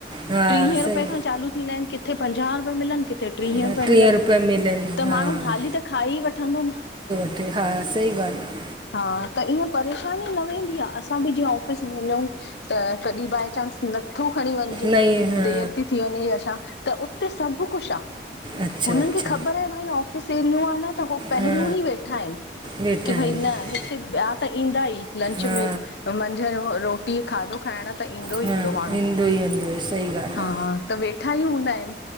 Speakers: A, on the right (about 25°); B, on the left (about 75°).
A: हा
B: ट्रीहें
A: सही
B: रुपए खां चालू थींदाइनि, किथे पंजाह रुपए मिलनि कि थे ट्रीहें
A: हा
B: रुपये
A: टीह
B: मिलनि
A: रुपए
B: त
A: मिलनि हा
B: माण्हू हाली त खाई वठंदो न?
A: ठे हा, सही ॻाल्हि आ।
B: हा, त ईअं परेशानी न वेंदी आ, असां बि जीअं ऑफिस में वञऊं त कॾीं बाए चांस नथो खणी वञजे,
A: नई हा
B: देरि ती थी वञे या छा? त उते सभु कुछ आ।
A: अच्छा
B: हुननि
A: अच्छा
B: खे ख़बर आहे भई ऑफ़ स एरियो आ न त हू पहिरियूं
A: हा
B: ई वेठा आहिनि
A: वेठा
B: की
A: आहिनि
B: भई न हिते ॿिया त ईंदा ई लंच,
A: हा
B: ब्रेक, मंझंदि, रोटी खाधो खाइण त? ईंदो ई
A: हं,
B: माण्हू
A: ईंदो ई, ईदो ई, सही ॻाल आ।
B: हा, त वेठा ई हूंदाइनि।